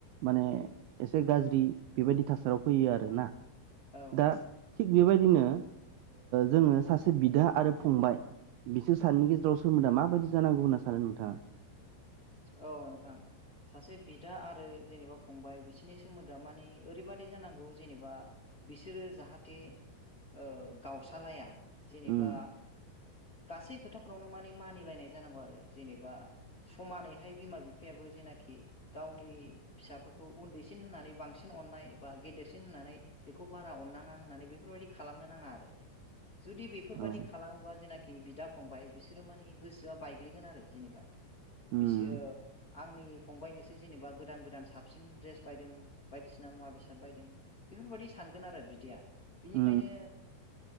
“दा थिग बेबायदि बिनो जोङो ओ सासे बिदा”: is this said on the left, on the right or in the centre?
Right